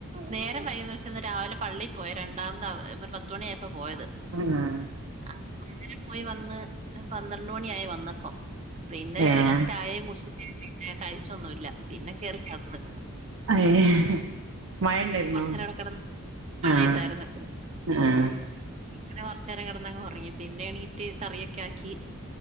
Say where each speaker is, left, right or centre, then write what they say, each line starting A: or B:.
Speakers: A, on the right; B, on the right.
A: നേരം വൈകിത് വെച്ച ഇന്ന് രാവിലെ പള്ളി പോയി. രണ്ടാമതാ അപ്പൊരു പത്തുമണി ആയപ്പാ പോയത്.
B: <unintelligible>
A: അപ്പ അങ്ങനെ പോയി വന്ന് പന്ത്രണ്ട് മണി ആയി വന്നപ്പം പിന്നെ
B: ഏഹ്
A: ഒര് ഗ്ലാസ്സ്‌ ചായേം കുടിച്ചിട്ട്, പിന്നെ കഴിച്ചൊന്നുല്ല. പിന്നെ കേറി കെടന്ന്
B: ഏഹ് മഴ ഇണ്ടായിരുന്നോ?
A: കൊറച്ചേരം അവിടെ കെടന്ന് മഴയുണ്ടായിരുന്നു
B: ആഹ് ആഹ്
A: അങ്ങനെ കൊറച്ചേരം കെടന്നങ്ങ് ഒറങ്ങി, പിന്നെ എണീറ്റ് കറിയൊക്കെ ആക്കി